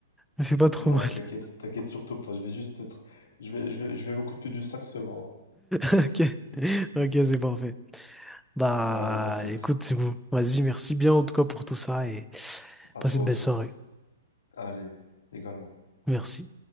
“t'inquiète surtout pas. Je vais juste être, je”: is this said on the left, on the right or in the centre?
Left